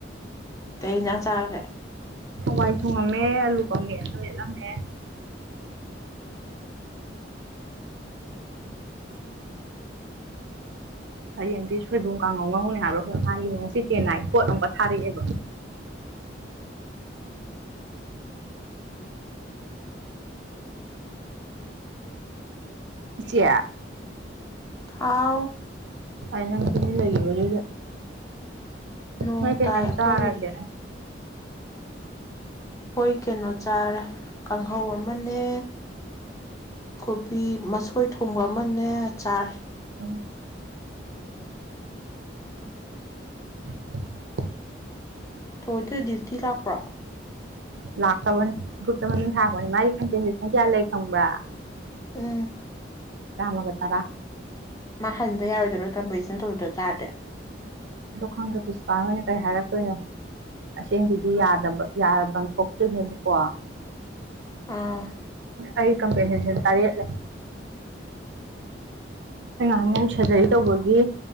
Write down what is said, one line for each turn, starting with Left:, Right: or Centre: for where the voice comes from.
Left: ꯀꯩ ꯌꯦꯟꯁꯥꯡ ꯆꯥꯔꯨꯔꯦ
Right: ꯍꯋꯥꯏ ꯊꯨꯡꯉꯝꯃꯦ ꯑꯂꯨ ꯀꯧꯃꯦ ꯂꯦꯠꯂꯝꯃꯦ ꯍꯌꯦꯡꯗꯤ ꯁꯣꯏꯕꯨꯝ ꯀꯥꯡꯉꯧ ꯉꯧꯅꯦ ꯍꯥꯏꯕ꯭ꯔꯣ ꯃꯥꯒꯤ ꯉꯁꯤ ꯆꯦꯟꯅꯥꯏ ꯄꯣꯠ ꯑꯃꯛ ꯊꯥꯔꯛꯑꯦꯕ ꯏꯆꯦ
Left: ꯍꯥꯎ
Right: ꯑꯥꯏꯅꯪ ꯇꯃꯤꯅ ꯂꯩꯕꯗꯨꯗ
Left: ꯅꯣꯡ
Right: ꯍꯣꯏ ꯀꯩ
Left: ꯇꯥꯏ
Right: ꯅꯪ
Left: ꯑꯩꯈꯣꯏꯒꯤꯗꯤ
Right: ꯆꯔꯑꯒꯦ
Left: ꯍꯣꯏ ꯀꯩꯅꯣ ꯆꯥꯔꯦ ꯀꯥꯡꯍꯧ ꯑꯃꯅꯦ ꯀꯣꯕꯤ ꯃꯁꯣꯏ ꯊꯣꯡꯕ ꯑꯃꯅꯦ ꯆꯥꯔꯦ
Right: ꯎꯝ <unintelligible>
Left: ꯊꯣꯏꯗꯣꯏ ꯗ꯭ꯌꯨꯇꯤ ꯂꯥꯛꯄ꯭ꯔꯣ
Right: ꯂꯥꯛꯇꯕꯅꯤ ꯒ꯭ꯔꯨꯞꯇ ꯃꯃꯤꯡ ꯊꯥꯔꯛꯄꯅꯤ ꯃꯥꯒꯤ ꯀꯝꯄꯦꯟꯁꯦꯁꯟ ꯀꯌꯥ ꯂꯩ ꯈꯪꯕ꯭ꯔꯥ
Left: ꯎꯝ
Right: ꯆꯥꯝꯃꯒ ꯇꯔꯥ
Left: ꯃꯥ ꯍꯟꯕ ꯌꯥꯔꯣꯏꯗꯔꯣꯏ ꯀꯝꯄꯣꯖꯤꯁꯟ ꯇꯧꯗꯗꯕ ꯇꯔꯗ꯭ꫯ
Right: ꯑꯗꯣ ꯈꯪꯗꯦ ꯄ꯭ꯔꯤꯟꯁꯤꯄꯥꯜꯣꯏꯅ ꯀꯩ ꯍꯥꯏꯔꯛꯇꯣꯏꯅꯣ ꯑꯁꯦꯡꯒꯤꯗꯤ ꯌꯥ ꯊꯣꯛꯇ꯭ꯔꯤꯅꯦꯕꯀꯣ
Left: ꯑꯥ
Right: ꯑꯩ ꯀꯝꯄꯦꯅꯤꯁ ꯇꯔꯦꯠꯂꯦ ꯑ ꯉ ꯑꯃꯨꯛ ꯁꯔꯖꯔꯤ ꯇꯧꯕꯒꯤ